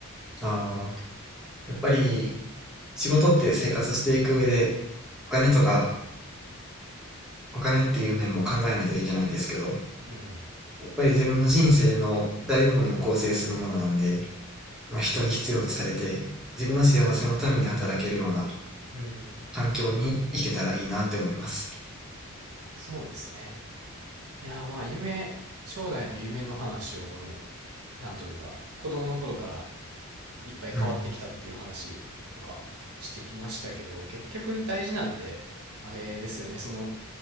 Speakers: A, in the centre; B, on the right.
A: ああ、やっぱり仕事って生活していく上で、お金とか、お金っていう面も考えないといけないんですけど、
B: うん。
A: やっぱり自分の人生の大部分を構成するものなんで、まあ、人に必要とされて、自分の幸せのために働けるような
B: うん。
A: 環境に行けたらいいなって思います。
B: そうですね。いやー、まあ、夢、将来の夢の話をこのなんというか、子供の頃からいっぱい変わってきたっていう話とかしてきましたけど、
A: うん。
B: 結局大事なんて、あれですよね、その、